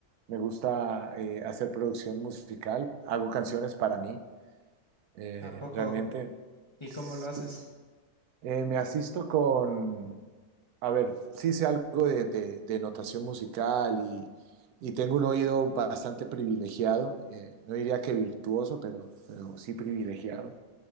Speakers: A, on the right; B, on the left.
A: me gusta eh, hacer producción musical, hago canciones para mí, eh,
B: ¿a poco?
A: realmente.
B: ¿Y
A: Sí,
B: cómo lo haces?
A: Eh, me asisto con, a ver, sí sé algo de, de- de notación musical y, y tengo un oído bastante privilegiado, eh, no diría que virtuoso, pero, pero sí privilegiado.